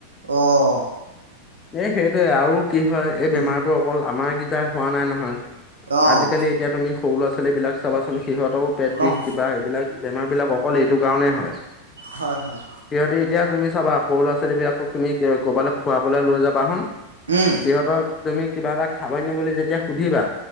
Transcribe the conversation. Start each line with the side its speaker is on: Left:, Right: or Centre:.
Right: অ'।
Left: এ, সেইটোৱে আও, কি হয় এই
Right: উম
Left: বেমাৰতটো অকল আমাৰকেইটাই হোৱা নাই নহয়।
Right: অঁ
Left: আজিকালি এতিয়া তুমি সৰু ল'ৰা-ছোৱালী বিলাক চাবাচোন সিহঁতেও পেট
Right: অঁ
Left: বিষ কিবা এইবিলাক বেমাৰ বিলাক অকল এইটো কাৰণেই হয়।
Right: হয়, হয়।
Left: সিহঁতি এতিয়া তুমি চাবা সৰু ল'ৰা-ছোৱালী বিলাকক তুমি কৰ'বালৈ ফুৱাবলৈ লৈ যাবা হন।
Right: উম।
Left: সিহতক তুমি কিবা এটা খাব নি বুলি যেতিয়া সুধিবা